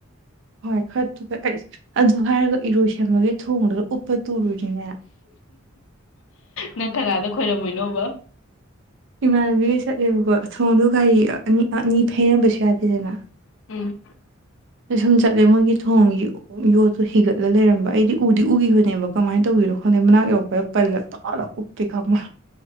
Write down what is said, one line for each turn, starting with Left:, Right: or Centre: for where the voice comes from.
Right: ꯍꯣꯏ ꯐꯠꯇꯨ ꯑꯩ ꯑꯗꯨ ꯍꯥꯏꯔꯒ ꯏꯔꯣꯏ ꯁꯦꯝꯕꯒꯤ ꯊꯣꯡꯗꯨꯗ ꯎꯞꯄ ꯇꯨꯔꯨꯏꯅꯤꯅꯦ
Left: ꯅꯪ ꯀꯅꯥꯗ ꯈꯣꯏꯔꯝꯃꯣꯏꯅꯣꯕ
Right: ꯏꯃꯥꯟꯅꯕꯤꯈꯩ ꯆꯠꯂꯦꯕꯀꯣ ꯊꯣꯡꯗꯣ ꯒꯥꯔꯤ ꯑꯅꯤ ꯑꯅꯤ ꯐꯩꯔꯝꯕꯁꯨ ꯌꯥꯗꯦꯗꯅ
Left: ꯎꯝ
Right: ꯑ ꯁꯨꯝ ꯆꯠꯂꯦ ꯃꯣꯏꯒꯤ ꯊꯣꯡꯒꯤ ꯌꯣꯠꯇꯣ ꯍꯤꯒꯠꯂ ꯂꯩꯔꯝꯕ ꯑꯩꯗꯤ ꯎꯗꯤ ꯎꯈꯤꯕꯅꯦꯕ ꯀꯃꯥꯏꯅ ꯇꯧꯕꯤꯅꯣ ꯈꯪꯗꯦ ꯃꯅꯥꯛ ꯌꯣꯛꯄꯗ ꯄꯜꯂ ꯇꯥꯜꯂꯞ ꯎꯞꯇꯦ ꯈꯪꯕ